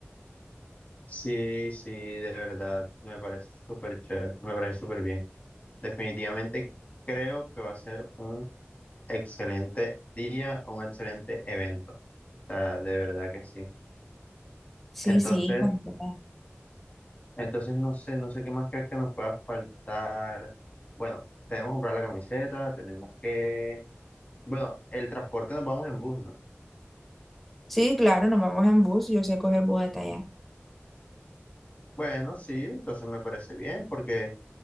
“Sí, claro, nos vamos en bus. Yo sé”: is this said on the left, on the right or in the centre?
Centre